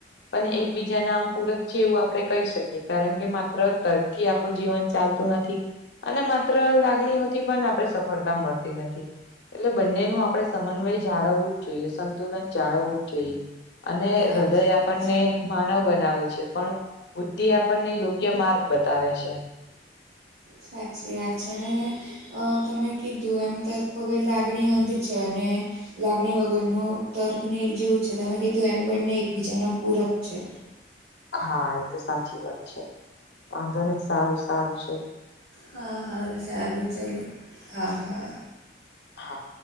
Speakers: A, on the left; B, on the right.
A: પણ એકબીજા નામ પૂરક છે એવું આપડણે કહી શકીએ કારણ કે માત્ર ત થી આપણું જીવન ચાલતું નથી અને માત્ર લાગણીઓથી પણ આપણે સફળતા મળતી નથી એટલે બંનેનું આપણે સમન્વય જાળવવું જ જોઈએ સંતુલન જાળવવું જ જોઈએ અને
B: સાચી
A: હૃદય
B: વાત
A: આપણને
B: છે
A: માનવ બનાવે છે પણ બુદ્ધિ આપણને યોગ્ય માર્ગ બતાવે છે
B: સાક્ષી વાાગ છેને અ તમે કીધું એમ તર્ક વગર લાગણી અંધ છે અને લાગણી વગરનો તર્કનીર જેવું છે તમે કીધું એમ બંને એકબીજાનો પૂરક છે
A: હા એ તો સાચી વાત છે વાંધો નહી સારું સારું છે
B: હા હા સારું ચલ હા હા
A: હા